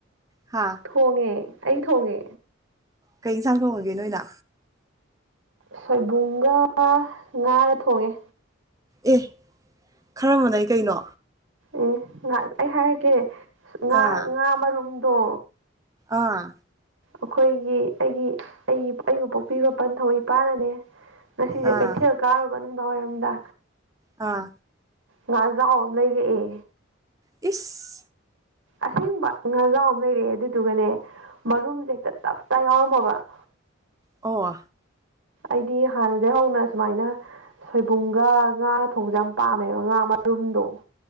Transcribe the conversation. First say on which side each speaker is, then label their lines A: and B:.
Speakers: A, on the right (about 15°); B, on the right (about 75°).
A: ꯍꯥ
B: ꯍꯣꯡꯉꯦ ꯑꯩ ꯊꯣꯡꯉꯦ
A: ꯀꯩ ꯏꯆꯥꯡ ꯊꫭꯡꯉꯒꯦ ꯅꯣꯏꯅ
B: ꯁꯣꯏꯕꯨꯝꯒ ꯉꯥꯒ ꯊꯣꯡꯉꯦ
A: ꯑꯦ ꯈꯔ ꯃꯅꯩ ꯀꯩꯅꯣ
B: ꯎꯝ ꯉ ꯑꯩ ꯍꯥꯏꯔꯒꯦ ꯉꯥ
A: ꯑꯥ
B: ꯉꯥ ꯃꯔꯨꯝꯗꯣ
A: ꯑꯥ
B: ꯑꯩꯈꯣꯏꯒꯤ ꯑꯩꯒꯤ ꯑꯩ ꯑꯩꯕꯨ ꯄꯣꯛꯄꯤꯕ ꯄꯟꯊꯧ ꯏꯄꯥꯅꯅꯦ ꯉꯁꯤꯁꯦ
A: ꯑꯥ
B: ꯀꯩꯊꯦꯜ ꯀꯥꯔꯨꯕ ꯅꯨꯡꯗꯥꯡꯋꯥꯏꯔꯝꯗ
A: ꯑꯥ
B: ꯉꯥꯖꯥꯎ ꯑꯝ ꯂꯩꯔꯛꯑꯦ
A: ꯏꯁ
B: ꯑꯁꯦꯡꯕ ꯉꯥꯖꯥꯎ ꯑꯃ ꯂꯩꯔꯛꯑꯦ ꯑꯗꯨꯗꯨꯒꯅꯦ ꯃꯔꯨꯝꯁꯦ ꯍꯦꯛꯇ ꯇꯞꯇꯥꯏ ꯌꯥꯎꯔꯝꯃꯕ ꯫
A: ꯑꯣ
B: ꯑꯩꯗꯤ ꯍꯥꯟꯅꯗꯒꯤꯩ ꯍꯧꯅ ꯁꯨꯃꯥꯏꯅ ꯁꯣꯏꯕꯨꯝꯒ ꯉꯥꯒ ꯊꯣꯡꯕꯁꯦ ꯌꯥꯝ ꯄꯥꯝꯃꯦꯕ ꯉꯥ ꯃꯔꯨꯝꯗꯣ ꯫